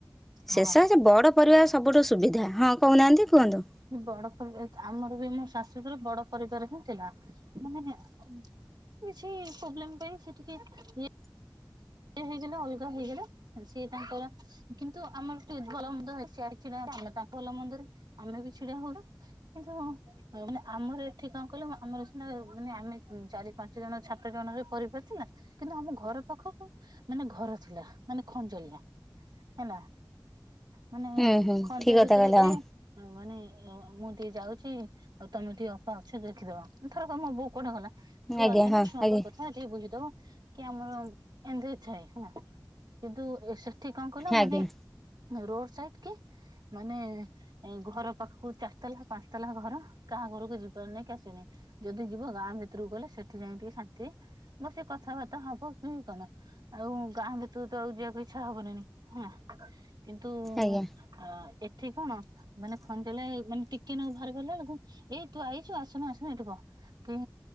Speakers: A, in the centre; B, on the right.
A: ସେଇ
B: ହଁ
A: ସକାସେ ବଡ଼ ପରିବାର ସବୁଠୁ ସୁବିଧା, ହଁ କହୁନାହାନ୍ତି କୁହନ୍ତୁ।
B: <unintelligible> ଆମର ବି ମୋ ଶାଶୁଘର ବଡ ପରିବାର ହିଁ ଥିଲା, ମାନେ କିଛି ପୋବ୍ଲେମ୍ ପାଇଁ ସେ ଟିକେ <unintelligible> ସିଏ ହେଇଗଲେ ଅଲଗା ହେଇଗଲା, ସିଏ ତାଙ୍କର କିନ୍ତୁ ଆମର <unintelligible> ଭଲ ମନ୍ଦ ହେଲେ ସିଏ ଆସି ଛିଡା <unintelligible> ଆମେ ତାଙ୍କ ଭଲ ମନ୍ଦରେ ଆମେ ବି ଛିଡା ହଉ। ହେଇଥିବ ଆଉ। ଆଉ ମାନେ ଆମର ଏଠି କଣ କିଇଲୁ ଆମର ସିନା ମାନେ ଆମେ ଚାରି ପାଞ୍ଚ ଜଣ ସାତ ଜଣରେ କରିପାରୁୁଥିଲୁ ନା। କିନ୍ତୁ ଆମ ଘର ପାଖକୁ ମାନେ ଘର ଥିଲା ମାନେ ଖଞ୍ଜଳିଆ ହେଲା। ମାନେ
A: ହୁଁ ହୁଁ
B: ଖଞ୍ଜା
A: ଠିକ କଥା
B: ଭିତେରେ
A: କହିଲେ ହଁ
B: ଏ ମାନେ ମୁଁ ଟିକେ ଯାଉଚି ଆଉ ତମେ ଟିକେ ଅପା ଅଛ ଦେଖିଦବ ଥରକ ମୋ ବୋଉ କୁଆଡେ ଗଲା, ଛୁଆ
A: ଆଜ୍ଞା
B: ଅଛନ୍ତି
A: ହଁ
B: ଛୁଆଙ୍କ
A: ଆଜ୍ଞା
B: କ ଥା ଟିକେ ବୁଝିଦବ, କି ଆମର ଏନ୍ତି ଥାଏ ହେଲା କିନ୍ତୁ <unintelligible> ଏଠି କଣ କହିଲ ମାନେ
A: ଆଜ୍ଞା
B: ରୋଡ୍ ସାଇଟ୍ କି ମାନେ ଘର ପାଖୁକୁ ଚାରି ତାଲା ପାଞ୍ଚ ତାଲା ଘର କାହା ଘରୁକୁ ଯିବାର ନାହିଁ କି ଆସିବାର ନାହିଁ। ଯଦି ଯିବ ଗାଁ ଭିତୁରୁକୁ ଗଲେ ସେଠି ଯାଇଁ ଟିକେ ଶାନ୍ତି, ବସି କଥାବାର୍ତ୍ତା ହବ କି <unintelligible> ଆଉ ଗାଁ ଭିତୁରୁ ତ ଆଉ ଯିବାକୁ ଇଚ୍ଛା ହବନିନି ହେନା, କିନ୍ତୁ
A: ଆଜ୍ଞା।
B: ଅ ଏଠି କଣ ମାନେ <unintelligible> ମାନେ ଟିକେ <unintelligible> ଭାର୍ କଲା ବେଳୁକୁ ଏଇ ତୁ ଆଇଚୁ ଆସୁନୁ ଆସୁ <unintelligible> କି